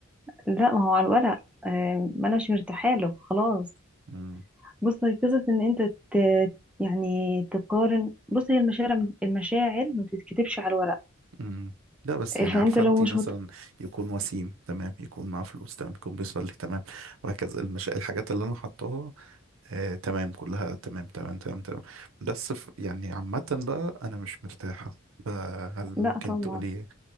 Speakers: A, in the centre; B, on the right (about 65°).
A: لا ما هو على الورق آه ما انا مش مرتاحه له خلاص
B: مم.
A: بص هي قصه ان انت ت... يعني تقارن بص هي المشاعر المشاعر ما تتكتبش على الورق
B: مم. لا بس
A: آه،
B: يعني
A: فانت
B: عارفه
A: لو
B: انت
A: مش
B: مثلا
A: مت...
B: يكون وسيم تمام يكون معاه فلوس تمام يكون بيصلي تمام وهكذا المش... الحاجات اللي انا حطاها آه تمام كلها تمام تمام تمام تمام بس ف... يعني عامه بقى انا مش مرتاحه آه، هل
A: لا
B: ممكن
A: طبعا
B: تقولي إيه؟